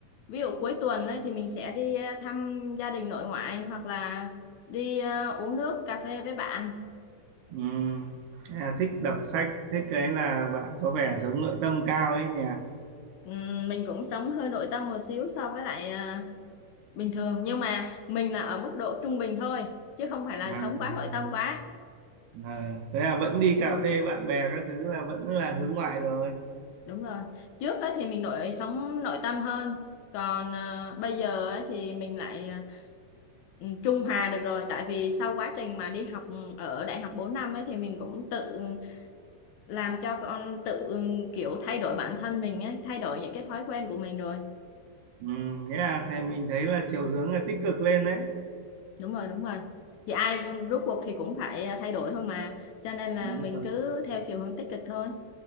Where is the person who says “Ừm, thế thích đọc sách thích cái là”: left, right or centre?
Right